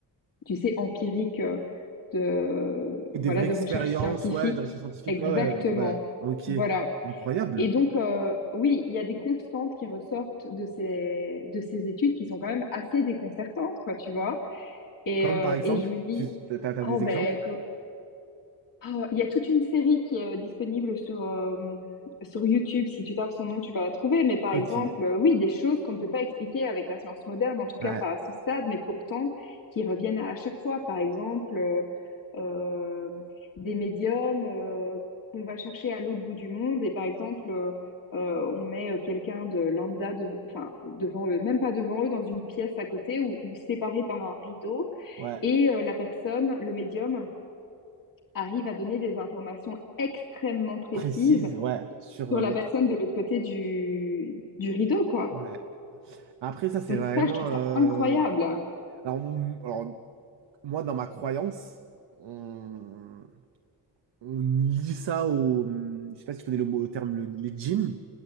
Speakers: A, on the left (about 55°); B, on the right (about 90°).
A: tu sais, empiriques euh, de,
B: Des
A: voilà,
B: vraies expériences,
A: de recherche scientifique.
B: ouais, de recherche scientifique,
A: Exactement.
B: ouais, ouais, ouais. Ok.
A: Voilà.
B: Incroyable.
A: Et donc, euh, oui, il y a des constantes qui ressortent de ces, de ces études qui sont quand même assez déconcertantes, quoi, tu vois. Et,
B: Comme
A: euh,
B: par exemple,
A: et je me dis,
B: tu t'as, t'as
A: oh
B: des
A: ben,
B: exemples?
A: co- ah, Il y a toute une série qui est euh, disponible sur, euh, sur YouTube. Si tu tapes son nom, tu vas la trouver. Mais par
B: Ok.
A: exemple, euh, oui, des choses qu'on ne peut pas expliquer avec la science moderne, en tout cas
B: Ouais.
A: pas à ce stade, mais pourtant qui reviennent à chaque fois. Par exemple, euh, euh, des médiums euh, qu'on va chercher à l'autre bout du monde. Et par exemple, euh, euh, on met euh, quelqu'un de lambda, de, enfin, devant eux, même pas devant eux, dans une pièce à côté ou, ou séparé par un rideau.
B: Ouais,
A: Et euh, la personne, le médium, arrive à donner des informations extrêmement précises
B: précise, ouais, sur
A: sur
B: euh,
A: la
B: l'autre.
A: personne de l'autre côté du, du rideau, quoi.
B: Ouais. Après, ça, c'est
A: Donc
B: vraiment.
A: ça, je trouve
B: euh,
A: ça incroyable.
B: Alors, m- alors, moi, dans ma croyance, on, on lit ça au. hum, Je sais pas si tu connais le mot, le terme, le- les djinns.